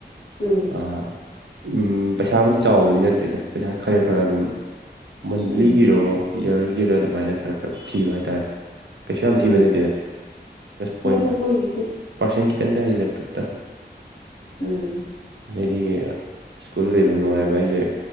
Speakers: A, on the left (about 65°); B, on the right (about 85°).
A: ꯎꯝ
B: ꯑ-ꯎꯝ ꯄꯩꯁꯥꯕꯨꯗꯤ ꯆꯥꯎꯕꯗꯤ ꯅꯠꯇꯦꯗ ꯄꯩꯁꯥ ꯈꯔ ꯈꯔ ꯑꯗꯨꯝ ꯃꯟꯂꯤꯒꯤꯔꯣ
A: ꯎꯝ
B: ꯏꯌꯥꯔꯒꯤꯔꯥ ꯑꯗꯨꯃꯥꯏꯅ ꯈꯔ ꯈꯔ ꯊꯤꯕ ꯍꯥꯏꯇꯥꯔꯦ ꯀꯩꯁꯨ ꯌꯥꯝ ꯊꯤꯕ
A: ꯎꯝ
B: ꯅꯠꯇꯦꯗ ꯖꯁ
A: ꯍꯣꯏꯗ
B: ꯄꯣꯏꯟ
A: ꯃꯣꯏꯒꯤꯗꯤ
B: ꯄꯔꯁꯟ ꯀꯇꯪ ꯇꯅꯤ ꯊꯨ꯭ꯠꯇ
A: ꯎꯝ
B: ꯑꯗꯩꯗꯤ ꯁ꯭ꯀꯨꯜ ꯂꯩꯕ ꯅꯨꯡꯉꯥꯏꯕ ꯍꯥꯏꯁꯦ